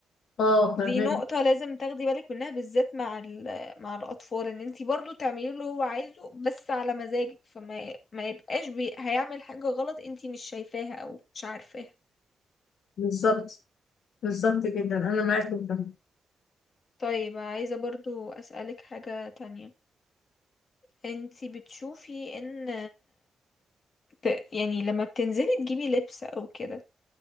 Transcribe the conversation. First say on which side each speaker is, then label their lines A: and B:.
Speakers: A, on the left (about 80°); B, on the left (about 55°).
A: اه
B: دي
A: فهمك
B: نقطة لازم تاخدي بالك منها بالذات مع ال- مع الأطفال إن انتي برضو تعملي له اللي هو عايزه بس على مزاجك فما ما يبقاش بي... هيعمل حاجة غلط انتي مش شايفاها أو مش عارفاها
A: بالظبط بالظبط جدا انا معاكي جدا
B: طيب عايزة برضو أسألك حاجة تانية انتي بتشوفي إن ت... يعني لما بتنزلي تجيبي لبس أو كده